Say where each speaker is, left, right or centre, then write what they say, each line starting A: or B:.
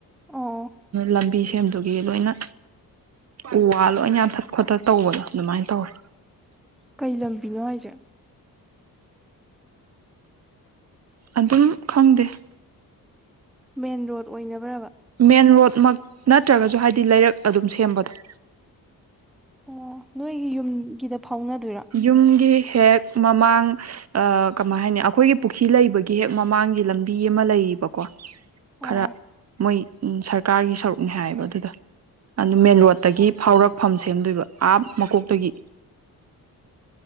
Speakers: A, in the centre; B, on the right.
A: ꯑꯣ
B: ꯂꯝꯕꯤ꯫ ꯃꯦꯝꯗꯨꯒꯤ ꯂꯣꯏꯅ ꯎ ꯋꯥ ꯂꯣꯏ ꯌꯥꯟꯊꯠ ꯈꯣꯊꯠ ꯇꯧꯕꯗꯣ ꯑꯗꯨꯃꯥꯏꯅ ꯇꯧꯋꯦ꯫
A: ꯀꯩ ꯂꯝꯕꯤꯅꯣ ꯍꯥꯏꯁꯦ꯫
B: ꯑꯗꯨꯝ ꯈꯪꯗꯦ꯫
A: ꯃꯦꯟ ꯔꯣꯗ ꯑꯣꯏꯅꯕ꯭ꯔꯕ꯫
B: ꯃꯦꯟ ꯅꯠꯇ꯭ꯔꯒꯁꯨ ꯍꯥꯏꯗꯤ ꯂꯩꯔꯛ ꯑꯗꯨꯝ ꯁꯦꯝꯕꯗꯣ꯫
A: ꯑꯣ ꯅꯣꯏꯒꯤ ꯌꯨꯝꯒꯤꯗ꯫ ꯐꯥꯎꯅꯗꯣꯏꯔꯣ
B: ꯌꯨꯝꯒꯤ꯫ ꯍꯦꯛ ꯃꯃꯥꯡ ꯀꯃꯥꯏ ꯍꯥꯏꯅꯤ ꯑꯩꯈꯣꯏꯒꯤ ꯄꯨꯈ꯭ꯔꯤ ꯂꯩꯕꯒꯤ ꯍꯦꯛ ꯃꯃꯥꯡꯒꯤ ꯂꯝꯕꯤ ꯑꯃ ꯂꯩꯔꯤꯕꯀꯣ
A: ꯑꯣ
B: ꯈꯔ ꯃꯣꯏ ꯁꯔꯀꯥꯔꯒꯤ ꯁꯔꯨꯛꯅꯦ ꯍꯥꯏꯌꯦꯕ ꯑꯗꯨꯗ ꯑꯗꯨ ꯃꯦꯟ ꯔꯣꯗꯠꯇꯒꯤ ꯐꯥꯎꯔꯛꯐꯝ ꯁꯦꯝꯗꯣꯏꯕ ꯑꯥ ꯃꯀꯣꯛꯇꯒꯤ꯫